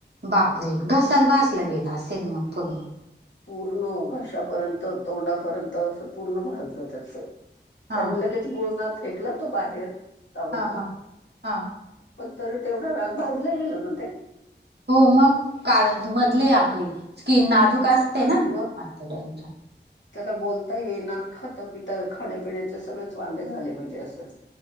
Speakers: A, on the right (about 65°); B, on the left (about 75°).
A: बाप रे! घसाच भाजला गेला असेल मग पूर्ण
B: पूर्ण घशापर्यंत तोंडापर्यंत अस पूर्ण भाजलं त्यांच
A: हा
B: तर लगेच गुळना फेकला तो बाहेर ताबडतो.
A: हा हा हा
B: पण तरी तेवढा वेळा भाजल गेलं ना ते
A: हो मग कारण मधले आपली स्किन नाजूक असते
B: असतात
A: ना
B: मग
A: आतड्यांच्या
B: त्याला बोलता येईना खाता पिता खाण्यापिण्याचे सगळेच वांदे झाले म्हणजे असं.